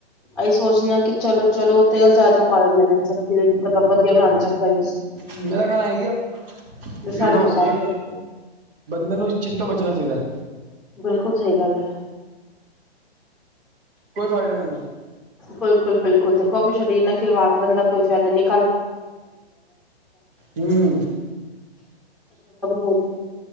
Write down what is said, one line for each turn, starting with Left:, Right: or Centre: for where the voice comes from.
Centre: ਅਸੀਂ ਸੋਚਦੇ ਹਾਂ ਕਿ ਚਲੋ ਚਲੋ ਤੇਲ ਜ਼ਿਆਦਾ ਪਾ ਲੈਂਦੇ ਨੇ ਸਬਜ਼ੀ ਮਤਲਬ ਵਧੀਆ ਬਣਾਨ ਚ <unintelligible>
Right: ਮੇਰਾ ਕਹਿਣਾ ਆ ਹੀ ਆ
Centre: ਜੋ
Right: ਜਿੰਨਾ
Centre: ਸਾਨੂੰ ਨੁਕਸਾਨ
Right: ਹੋ ਸਕੇ
Centre: ਕਰਦੀਆਂ
Right: ਬੰਦੇ ਨੂੰ ਇਸ ਚਿਤ ਤੋਂ ਬਚਣਾ ਚਾਹੀਦਾ
Centre: ਬਿਲਕੁਲ ਸਹੀ ਗੱਲ ਹੈ
Right: ਕੋਈ ਫਾਇਦਾ ਨਹੀਂ
Centre: ਬਿਲਕੁਲ ਬਿਲਕੁਲ ਦੇਖੋ ਆਪਣੇ ਸਰੀਰ ਨਾਲ ਖਿਲਵਾੜ ਕਰਨ ਦਾ ਕੋਈ ਫਾਇਦਾ ਨਹੀਂ
Right: ਹੂੰ
Centre: <unintelligible>